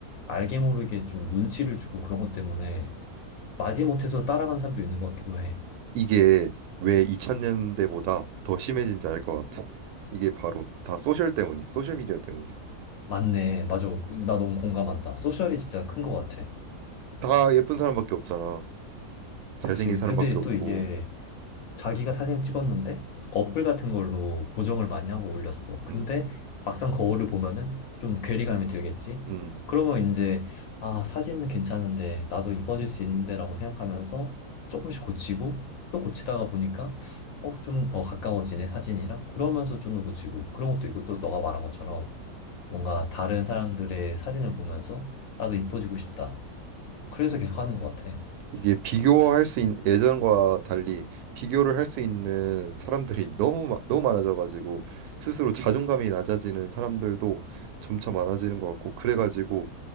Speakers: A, on the left (about 70°); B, on the right (about 80°).
A: 알게 모르게 좀 눈치를 주고 그런 것 때문에 마지못해서 따라간 사람도 있는 것 같기도 해.
B: 이게 왜 2000년대보다 더 심해진지 알 것 같아 이게 바로 다 소셜 때문이야 소셜 미디어 때문이야
A: 맞네. 맞아. 그- 나 너무 공감한다. 소셜이 진짜 큰 것 같아.
B: 다 예쁜 사람밖에 없잖아 잘생긴
A: 그치.
B: 사람밖에
A: 근데
B: 없고
A: 또 이게 자기가 사진을 찍었는데 어플 같은 걸로 보정을 많이 하고 올렸어. 근데
B: 음.
A: 막상 거울을 보면은 좀 괴리감이 들겠지.
B: 음,
A: 그러면 이제 아, 사진은 괜찮은데 나도 이뻐질 수 있는데라고 생각하면서 조금씩 고치고 또 고치다가 보니까 어, 좀 더 가까워지네 사진이랑 그러면서 좀 더 고치고 그런 것도 있고 또 너가 말한 것처럼 뭔가 다른 사람들의 사진을 보면서 나도 이뻐지고 싶다. 그래서 계속 하는 것 같아.
B: 이게 비교할 수 있는 예전과 달리 비교를 할 수 있는 사람들이 <laughs> 너무 마- 너무 많아져가지고 스스로 자존감이 낮아지는 사람들도 점차 많아지는 것 같고 그래가지고